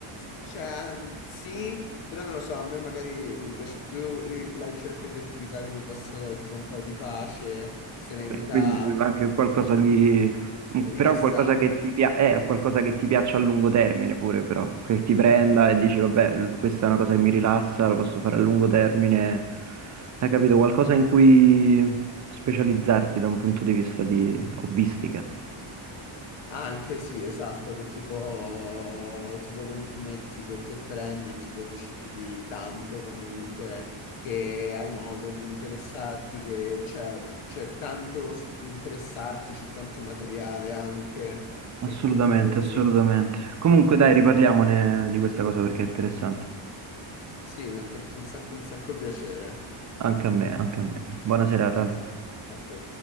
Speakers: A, on the left; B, on the right.
A: cioè, sì, però non lo so, a me magari mi piace più ri- la ricerca di attività che mi possono dare tipo un po' di pace, serenità,
B: E quindi
A: che-
B: anche qualcosa di...
A: rilassante.
B: però qualcosa che ti pia- eh, qualcosa che ti piaccia a lungo termine pure, però, che ti prenda e dici, vabbè, l- questa è una cosa che mi rilassa, la posso fare a lungo termine. Hai capito? Qualcosa in cui specializzarti da un punto di vista di hobbistica.
A: Anche sì, esatto, che tipo, tipo con i fumetti che te prendi e tipo ti ci chiudi tanto comunque che hai modo di interessarti, che c'è c'è tanto su cui interessarti, c'è tanto materiale anche
B: Assolutamente,
A: e quindi
B: assolutamente.
A: sì,
B: Comunque dai, riparliamone di questa cosa perché è interessante.
A: sì, mi ha fatto un sacco un sacco piacere
B: Anche a me, anche a me. Buona serata, Ale.
A: a te.